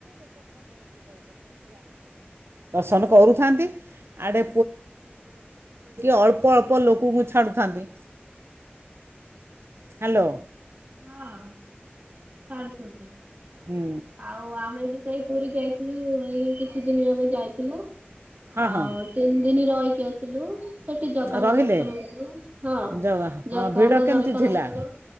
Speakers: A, on the right; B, on the right.
A: ପା ବସନ କରୁଥାନ୍ତି ଆଡେ ଅଳ୍ପ ଅଳ୍ପ ଲୋକଙ୍କୁ ଛାଡୁଥାନ୍ତି। ହାଲୋ
B: ହଁ ଛାଡୁଚନ୍ତି।
A: ହୁଁ
B: ଆଉ ଆମେ ବି ଏଇ ପୁରି ଯାଇଥିଲୁ। ଏଇ କିଛି ଦିନ ହେବ ଯାଇଥିଲୁ।
A: ହଁ
B: ଆଉ
A: ହଁ
B: ତିନି ଦିନ୍ ରହି କିଏ କିଲୋ ସେଠି ଜଗା କଲୁ
A: ରହିଲେ
B: ହଁ
A: ଜଗା
B: ଜଗା
A: ହଁ ଭିଡ଼
B: ଙ୍କ
A: କେମିତି
B: ଦର୍ଶନ
A: ଥିଲା
B: କଲ